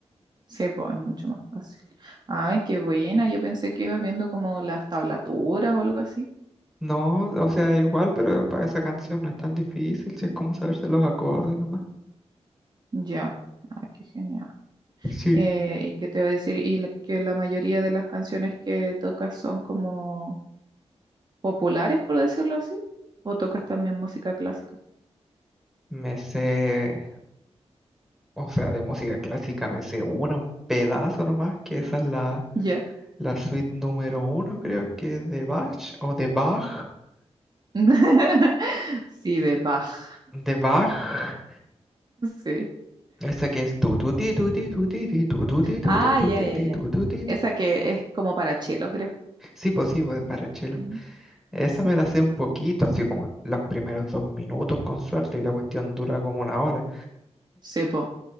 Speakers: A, on the right (about 40°); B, in the centre.
A: Sí, pues es mucho más fácil. Ay, qué buena. Yo pensé que ibas viendo como las tablaturas o algo así.
B: No, o sea, igual, pero para esa canción no es tan difícil, si es como saberse los acordes nomás.
A: Ya. Ay, qué genial.
B: Sí,
A: Eh, ¿y qué te iba a decir? Y la- que la mayoría de las canciones que tocas son como populares, por decirlo así. ¿O tocas también música clásica?
B: me sé, o sea, de música clásica me sé una, un pedazo nomás, que esa es la,
A: Ya.
B: la suite número uno, creo que es de Bach o de Bach.
A: <laughs> Sí, de Bach.
B: de Bach.
A: Sí.
B: Esa que es tu tu ti tu ti tu ti ti tu tu ti
A: Ah,
B: tu ti tu
A: ya,
B: ti
A: ya,
B: ti
A: ya.
B: tu tu ti
A: Esa
B: ti.
A: que es como para chelo, creo.
B: Sí, pues sí, pues, de Parachelo.
A: ¿no?
B: Esa
A: Sí.
B: me la sé un poquito, así como los primeros dos minutos con suerte y la cuestión dura como una hora.
A: Sí, po.